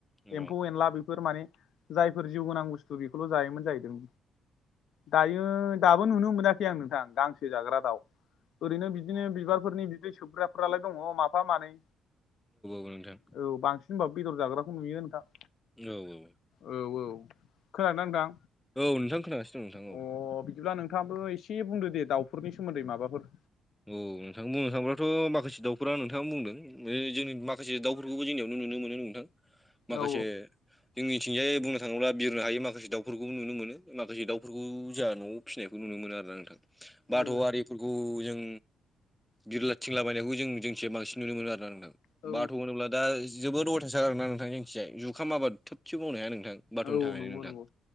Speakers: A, in the centre; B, on the left (about 75°).
A: औ
B: एम्फौ एनला बेफोर फोर माने जायफोर जिउ गोनां बुस्थु बेखौल' जायोमोन जाहैदों। दायो दाबो नुनो मोनाखै आं नोंथां गांसो जाग्रा दाउ ओरैनो बिदिनो बिबारफोरनि बिदै सोबग्राफ्रालाय दङ माफा मानै
A: औ नोंथां
B: औ बांसिन होनबा बेदर जाग्राखौ नुयो नोंथां।
A: औ औ
B: औ औ खोनादों ना नोंथां?
A: औ नोंथां खोनासिनो। <unintelligible>
B: अ बिदिब्ला नोंथाङाबो एसे बुंदो दे दाउफोरनि सोमोन्दै माबाफोर।
A: औ नोंथांा बुंनो थाङोब्लाथ' माखासे दाउफोरा नोंथाङा बुंदों जोंनि माखासे दाउफोरखौबो जोंनियावनो नुनो मोनो नोंथां माखासे
B: औ
A: जोंनिथििंजायै बुंनो थाङोब्ला बिरनो हायो माखासे दाउफोरखौबो नुनो मोनो माखासे दाउफोरखौ जोंहा न'आव फिसिनायखौ नुनो मोनो आरोा नोंथां
B: औ
A: बाथौआरिफोरखौ जों बिरलाथििंला बायनायखौ जों जोंसे बांसिन नुनो मोन आरो नां
B: औ
A: बाथ' होनोब दा जोबोद अथासाार ना नोंथां जखथििया जुखामाबादा थोबसे बुंनो हाया नोंथां बाथ'नि
B: औ
A: थाखायनो
B: नंगौ
A: नोंथां।
B: नंगौ